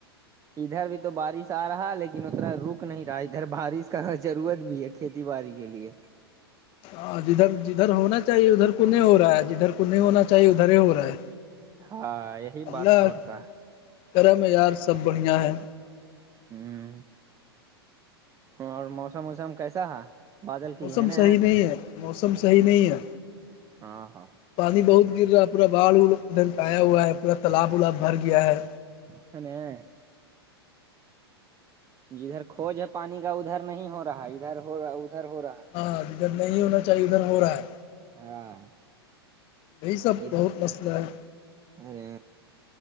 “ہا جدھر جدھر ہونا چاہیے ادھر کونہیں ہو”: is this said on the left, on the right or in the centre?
Left